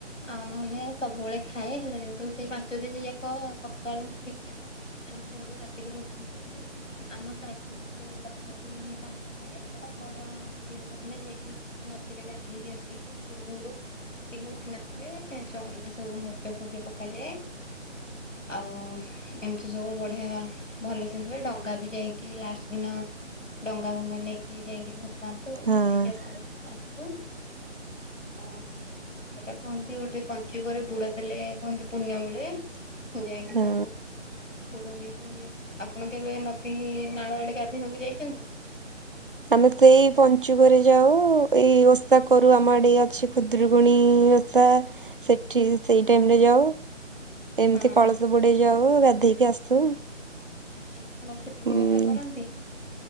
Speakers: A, on the left; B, on the right.
A: ଆଉ ନହେଲେ ସବୁବେଳେ ଖାଏ। ହେଲେ କିନ୍ତୁ ସେଇ ପାଞ୍ଚ ଦିନ ଯାକ ସକାଳୁ ଉଠିକି ମାନେ ଭୋରୁ ରାତିକରୁ ଉଠିକି ଆମ ସାହିରେ କେତେ ଅଛନ୍ତି ସାଙ୍ଗମାନେ ଆଉ ବଡ ସ୍ତ୍ରୀ ଲୋକ ମାନେ ଯାଇକି ନଦୀରେ ଗାଧେଇକି ଆସିକି ଭୋରୁ ଭୋରୁ କେହି ଉଠି ନଥିବେ ଚଉଁରାରେ ସବୁ ମର୍ଜ ଫୁର୍ଜ ପକାଯାଏ। ଆଉ ଏମିତି ସବୁ ବଢିଆ ଭଲ ସେ ହୁଏ। ଡଙ୍ଗା ବି ଯାଇକି ଲାଷ୍ଟ ଦିନ ଡଙ୍ଗା ଭଙ୍ଗା ନେଇକି ଇ ଯାଇକି ବସନ୍ତୁ
B: ହଁ
A: ବସେଇକି ଆସ ଆସୁ। ହଁ। ସେଇଟା କୁହନ୍ତି ଗୋଟେ ପଞ୍ଚୁକରେ ବୁଡ ଦେଲେ କୁହନ୍ତି ପୁଣ୍ୟ ମିଳେ। ଯାଇକି
B: ହଁ
A: ସବୁ ବୁଡ ଦେଇକି ଆପଣ କେବେ ନଦୀ ନାଳ ଆଡେ ଗାଧେଇବାକୁ ଯାଇଛନ୍ତି?
B: ଆମେ ତ ଏଇ ପଞ୍ଚୁକରେ ଯାଉ ଏଇ ଓଷା କରୁ। ଆମ ଆଡେ ଅଛି ଖୁଦ୍ରକୁଣୀ ଓଷା ସେଠି ସେଇ ଟାଇମ ରେ ଯାଉ। ଏମିତି
A: ହଁ
B: କଳସ
A: ହଁ
B: ବୁଡେଇ ଯାଉ ଗାଧେଇକି ଆସୁ।
A: ଆପଣ ଖୁଦୁରୁକୁଣୀ
B: ହୁଁ।
A: ଓଷା କରନ୍ତି?